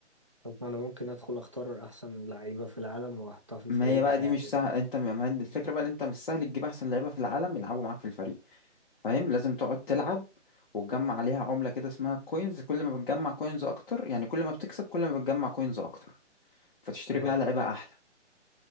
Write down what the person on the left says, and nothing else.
ما هي بقى
دي مش سهل انت ما- ما- هي الفكره بقى ان انت مش سهل تجيب احسن لعيبه في العالم يلعبوا معاك في الفريق فاهم لازم تقعد تلعب وتجمع عليها عملة كده اسمها كوينز كل ما بتجمع كوينز اكتر يعني كل ما بتكسب كل ما بتجمع كوينز اكتر فتشتري
بقى لعيبة احلى